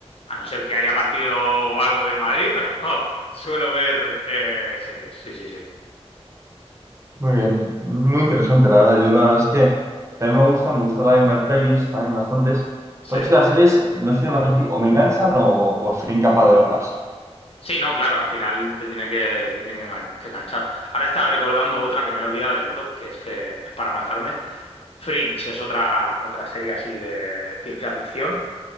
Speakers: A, on the left (about 60°); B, on the right (about 25°).
A: a no ser que haya partido o algo del Madrid, <laughs> pero suelo ver eh, series. Sí, sí, sí.
B: Muy bien, muy interesante, la verdad. Yo la verdad es que también me gusta, me gusta también ver pelis, también bastantes. Pues
A: Sí.
B: sí, las series, no soy demasiado, o me enganchan o, o soy incapaz de verlas.
A: Sí, no, claro, al final te tiene que, te tienen que engan- que enganchar. Ahora estaba recordando otra que me he olvidado del top, que es que es para matarme. Fringe es otra, otra serie así de ciencia ficción